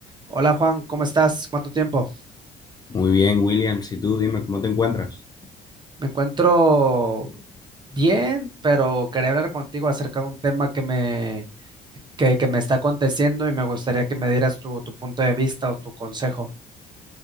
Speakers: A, on the right; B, on the left.
A: Hola Juan, ¿cómo estás? ¿Cuánto tiempo?
B: Muy bien, Williams. Y tú, dime, ¿cómo te encuentras?
A: Me encuentro bien, pero quería hablar contigo acerca de un tema que me, que, que me está aconteciendo y me gustaría que me dieras tu, tu punto de vista o tu consejo.